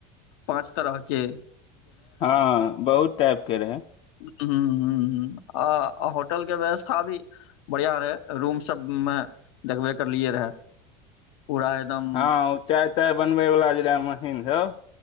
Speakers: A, on the left; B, on the left.
A: पाँच तरहके
B: हँ बहुत टाइप के रहै।
A: हूं हूं हूं आ होटल के व्यवस्था भी बढ़िया रहे, रूम सब मे देखबे करलियए रहे। पूरा एकदम
B: हँ ओ चाय बनबे वाला जे रहे मशीन सब